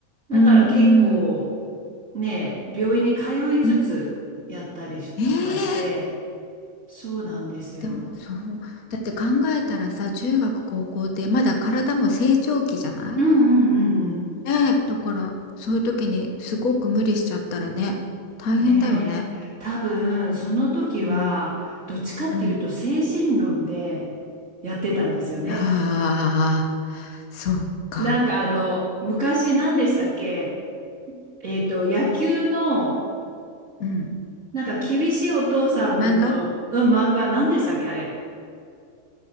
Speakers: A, on the right; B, on the left.
A: だから結構
B: うんうん。
A: ね、病院に通いつつやったりとかして、
B: うん。ええ。
A: そうなんですよ。
B: でもそう、だって考えたらさ、中学高校ってまだ体も成長期じゃない
A: うんうんうんう
B: ねえ、だからそういう時にすごく無理しちゃったらね、大変だよね。
A: ん。ねえ、多分その時はどっちかっていうと精神論でやってたんですよね。
B: うん、うん。ああ、そうか。
A: なんかあの昔何でしたっけえっと野球の
B: うん。
A: なんか厳しいお父さんの、
B: 漫画
A: うん、漫画何でしたっけあれ。